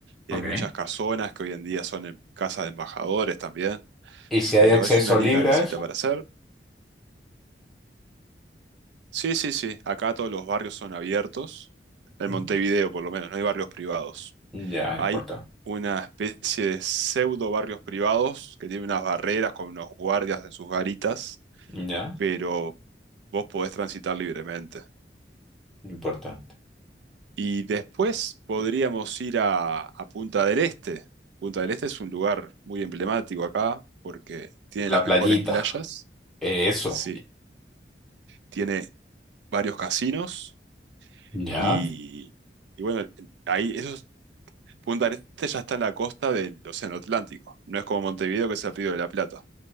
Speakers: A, on the right; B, in the centre.
A: Y
B: ok.
A: hay muchas casonas que hoy en día son en- casas de embajadores también.
B: ¿Y si hay
A: Pero
B: acceso
A: es una linda
B: libre
A: visita
B: a eso?
A: para hacer. Sí, sí, sí. Acá todos los barrios son abiertos. En
B: Mm,
A: Montevideo, por lo menos, no hay barrios privados.
B: Ya,
A: Hay
B: importante.
A: una especie de pseudo barrios privados que tienen unas barreras con unos guardias en sus garitas,
B: Ya,
A: pero vos podés transitar libremente.
B: importante.
A: Y después podríamos ir a, a Punta del Este. Punta del Este es un lugar muy emblemático acá porque tiene las
B: La
A: mejores
B: playita.
A: playas.
B: Eso.
A: Sí, tiene varios casinos
B: Ya,
A: y, y bueno, ahí esos, Punta del Este ya está en la costa del Océano Atlántico. No es como Montevideo que es el Río de la Plata.